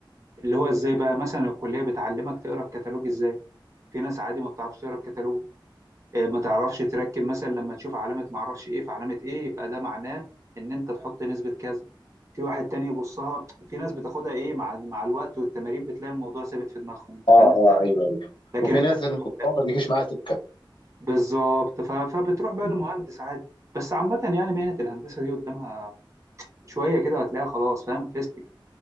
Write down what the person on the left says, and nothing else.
اه
اه ايوه ايوه
وفي
ناس الموضوع
ما بيجيش معاها سكه
مم.